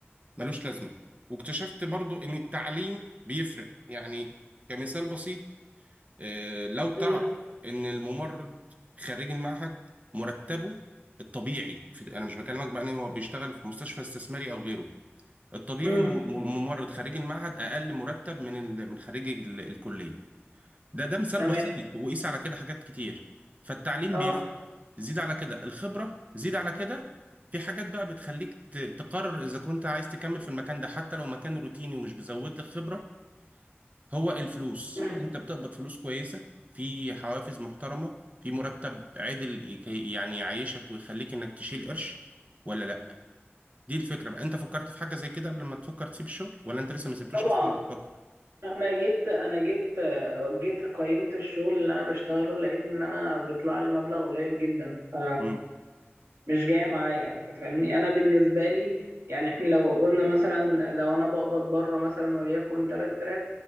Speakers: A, on the right; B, on the right.
A: ملوش لازمة واكتشفت برضو ان التعليم بيفرق يعني كمثال بسيط آه، لو
B: مم.
A: تعرف ان الممرض خريج المعهد مرتبه الطبيعي في انا مش بكلمك بقى ان هو بيشتغل في مستشفى استثماري او غيره الطبيعي
B: مم.
A: ان الممرض خريج المعهد اقل مرتب من ال- من خريج ال- الكلية ده ده مثال
B: تمام
A: بسيط وقيس على كده حاجات كتير فالتعليم
B: اه
A: بيفرق زيد على كده الخبرة زيد على كده في حاجات بقى بتخليك ت- تقرر إذا كنت عايز تكمل في المكان ده حتى لو مكان روتيني ومش بيزود لك خبرة هو الفلوس
B: مم.
A: أنت بتقبض فلوس كويسة في حوافز محترمة في مرتب عادل يك- يعني يعيشك ويخليك إنك تشيل قرش ولا لأ دي الفكرة بقى أنت فكرت في حاجة زي كده قبل ما تفكر تسيب الشغل ولا أنت لسه ما سبتوش
B: طبعا
A: أصلا بتفكر
B: انا جيت انا جيت آه، جيت قيمت الشغل اللي انا بشتغله لقيت ان انا بيطلع لي مبلغ قليل جدا ف
A: امم
B: مش جاية معايا انت فاهمني انا بالنسبة لي يعني احنا لو قلنا مثلا لو انا بقبض بره مثلا وليكن 3000